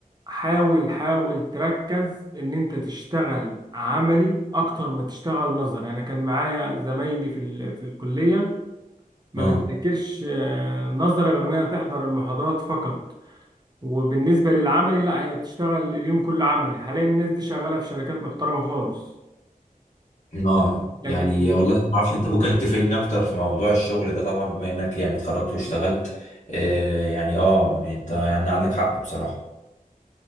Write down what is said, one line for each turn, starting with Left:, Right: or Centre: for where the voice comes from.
Right: حاول حاول تركز إن أنت تشتغل عملي أكتر ما تشتغل نظري أنا كان معايا زمايلي في ال... في الكلية ما
Left: اه
Right: بتذاكرش آه، نظري غير إنها تحضر المحاضرات فقط وبالنسبة للعملي لا هي بتشتغل اليوم كله عملي حاليا الناس دي شغالة في شركات محترمة خالص
Left: اه
Right: لكن
Left: يعني
Right: اللي
Left: والله
Right: بي...
Left: ما اعرفش انت ممكن تفيدني اكتر في موضوع الشغل ده طبعا بما انك يعني اتخرجت واشتغلت آه يعني اه يعني انت يعني عندك حق بصراحة